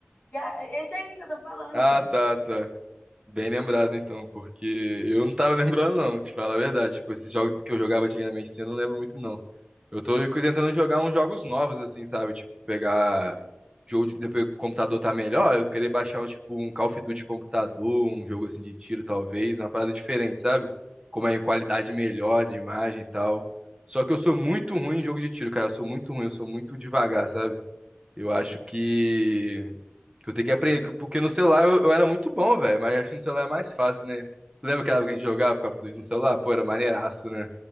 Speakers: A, on the left; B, on the right.
A: ah, esse aí que eu tô falando,
B: Ah,
A: pô.
B: tá, tá. Bem lembrado então, porque eu não tava <laughs> lembrando não, te falar a verdade. Tipo, esses jogos que eu jogava antigamente, assim, eu não lembro muito não. Eu tô tentando jogar uns jogos novos, assim, sabe? Tipo, pegar jogo de depois que o computador tá melhor, eu querer baixar, tipo, um Call of Duty computador, um jogo assim de tiro, talvez, uma parada diferente, sabe? Como é em qualidade melhor de imagem e tal. Só que eu sou muito ruim em jogo de tiro, cara. Eu sou muito ruim, eu sou muito devagar, sabe? Eu acho que que eu tenho que aprender, que- porque no celular eu, eu era muito bom, velho, mas acho que no celular é mais fácil, né? Tu lembra aquela época que a gente jogava Call of Duty no celular? Pô, era maneiraço, né?